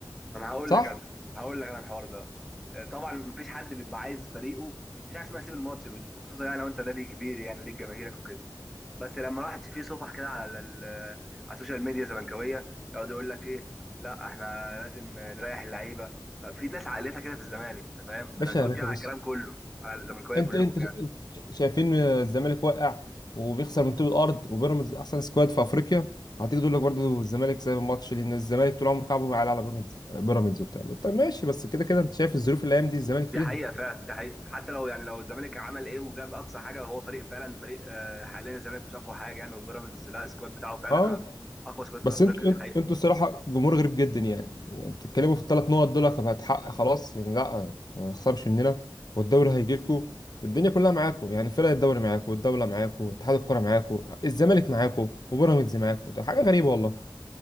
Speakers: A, in the centre; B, on the left.
A: ما انا هقول
B: صح
A: لك انا هقول لك انا الحوار ده آه، طبعا مفيش حد بيبقى عايز فريقه مفيش حاجه اسمها سيب الماتش بن- بخصوصا يعني لو انت نادي كبير يعني وليك جماهيرك وكده بس لما راحت في صفح كده على ال- على السوشيال ميديا زملكاويه يقعد يقول لك ايه لا احنا لازم نريح اللعيبه ففي ناس عقليتها كده في الزمالك انت فاهم
B: باشا
A: انا مش بقول
B: يا باشا
A: كده على
B: بص
A: الكلام كله على الزملكاويه
B: انت
A: كلهم
B: انت ش-
A: يعني
B: ش- شايفين الزمالك واقع وبيخسر من طوب الارض وبيراميدز احسن سكواد في افريقيا هتيجي تقول لك برضه الزمالك سايب الماتش لان الزمالك طول عمره كعبه بيعلى على بيراميدز بيراميدز وبتاع طب ماشي بس كده كده انت شايف الظروف اللي الايام دي الزمالك فيها
A: دي حقيقه فعلا دي حقيقه حتى لو يعني لو الزمالك عمل ايه وجاب اقصى حاجه وهو فريق فعلا فريق آه، حاليا الزمالك مش اقوى حاجه يعني وبيراميدز لا السكواد بتاعه فعلا
B: اه
A: أق- اقوى سكواد في
B: بس
A: افريقيا
B: انتوا انتوا
A: دي حقيقه
B: انتوا الصراحه جمهور غريب جدا يعني بتتكلموا في الثلاث نقط دول هتحقق خلاص يعني لا ما تخسرش مننا والدوري هيجي لكم والدنيا كلها معاكم يعني فرق الدوري معاكم والدوله معاكم اتحاد الكره معاكم الزمالك معاكم وبيراميدز معاكم ده حاجه غريبه والله